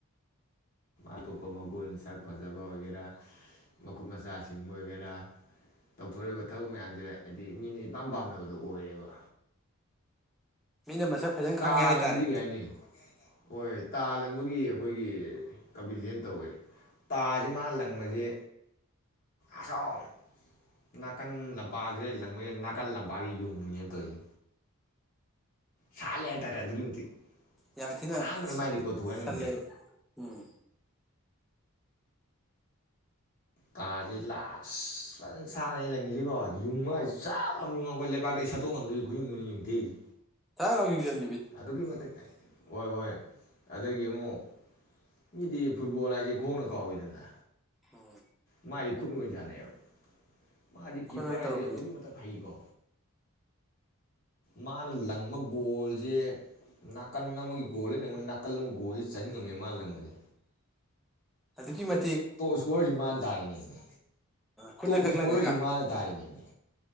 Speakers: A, on the left; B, in the centre.
A: ꯑꯇꯣꯞꯄ ꯃꯒꯨꯟ ꯁꯛ ꯐꯖꯕ ꯑꯣꯏꯒꯦꯔꯥ ꯃꯈꯨꯠ ꯃꯁꯥꯁꯤꯡꯕ ꯑꯣꯏꯒꯦꯔꯥ ꯇꯧꯊꯣꯔꯛꯏꯕ ꯊꯕꯛ ꯃꯌꯥꯝꯁꯦ ꯍꯥꯏꯗꯤ ꯃꯤꯅ ꯏꯄꯥꯝ ꯄꯥꯝꯅꯕꯗꯣ ꯑꯣꯏꯔꯦꯕ
B: ꯃꯤꯅ ꯃꯁꯛ ꯐꯖꯅ
A: ꯇꯥ
B: ꯈꯪꯉꯦ ꯍꯥꯏꯇꯥꯔꯦ
A: ꯂꯪꯕꯁꯤ ꯀꯩ ꯍꯥꯏꯅꯤ ꯍꯣꯏ ꯇꯥ ꯂꯪꯕꯒꯤ ꯑꯩꯈꯣꯏꯒꯤ ꯀꯝꯄꯤꯇꯤꯁꯟ ꯇꯧꯋꯦ ꯇꯥꯁ‌ꯦ ꯃꯥ ꯂꯪꯕꯁꯦ ꯑꯁꯣꯝ ꯅꯥꯀꯟ ꯂꯝꯄꯥꯛꯁꯦ ꯂꯪꯕꯁꯦ ꯅꯥꯀꯟ ꯂꯝꯄꯥꯛꯁꯦ ꯌꯨꯡꯕꯤꯅꯦꯕ ꯇꯧꯖꯦ ꯁꯜꯂꯦ ꯍꯥꯏꯇꯥꯔꯦ ꯑꯗꯨꯛꯀꯤ ꯃꯇꯤꯛ
B: ꯌꯥꯝ ꯊꯤꯅ
A: ꯀꯅꯥꯝꯇꯅ ꯃꯥꯏ ꯔꯦꯀꯣꯔꯠ ꯊꯨꯒꯥꯏ ꯉꯝꯗꯦ
B: ꯁꯜꯂꯦꯕ ꯎꯝ
A: ꯇꯥꯖꯦ ꯂꯥꯁ ꯐꯖꯅ ꯁꯥꯟꯅꯅꯦ ꯂꯪꯉꯤꯁꯤꯉꯣ ꯌꯨꯡꯕ ꯀꯩꯖꯦ ꯆꯥꯛ ꯂꯎ ꯌꯨꯡꯉ ꯈꯣꯏ ꯂꯩꯄꯥꯛꯇꯩ ꯁꯠꯇꯣꯛ ꯉꯝꯗꯕꯩ ꯈꯨꯌꯨꯡꯗꯅꯦ ꯌꯨꯡꯊꯦꯛꯏꯁꯦ
B: ꯊꯛ ꯂꯥꯎꯅꯥ ꯌꯨꯡꯖꯟ
A: ꯑꯗꯨꯛꯀꯤ ꯃꯇꯤꯛ ꯍꯣꯏ ꯍꯣꯏ ꯑꯗꯒꯤ ꯑꯃꯨꯛ ꯃꯤꯗꯤ ꯐꯨꯠꯕꯣꯜ ꯍꯥꯏꯁꯦ ꯈꯣꯡꯅ ꯀꯥꯎꯏꯗꯅ
B: ꯑꯣ
A: ꯃꯥꯏꯗꯤ ꯈꯨꯠꯅ ꯑꯣꯏꯅ ꯁꯥꯅꯩꯌꯦꯕ ꯃꯥꯗꯤ ꯀꯤꯞꯄꯔ
B: ꯈꯨꯠꯅ ꯑꯣꯏꯅ
A: ꯍꯥꯏꯁꯦ
B: ꯇꯧꯔꯛꯄꯤ
A: ꯑꯗꯨꯛꯀꯤ ꯃꯇꯤꯛ ꯍꯩꯀꯣ ꯃꯥꯅ ꯂꯪꯕ ꯕꯣꯜꯖꯦ <unintelligible> ꯅꯥꯀꯟ ꯑꯃꯒꯤ ꯒꯣꯜ ꯍꯦꯛ ꯂꯥꯡꯕ ꯅꯥꯀꯜ ꯑꯃ ꯒꯣꯜꯁꯤ ꯆꯥꯟꯉꯝꯃꯦ ꯃꯥ ꯂꯥꯡꯕꯁꯦ
B: ꯑꯗꯒꯤ ꯃ
A: ꯇꯣꯞ ꯏꯁꯀꯣꯔꯔꯁꯤ ꯃꯥꯅ ꯇꯥꯔꯤꯅꯦꯃꯦ
B: ꯈꯨꯠꯅ
A: ꯇꯣꯞ
B: ꯈꯛ
A: ꯏꯁꯀꯣꯔꯔꯁꯤ
B: ꯂꯪꯉꯒ
A: ꯃꯥꯅ ꯇꯥꯔꯤꯅꯦꯃꯦ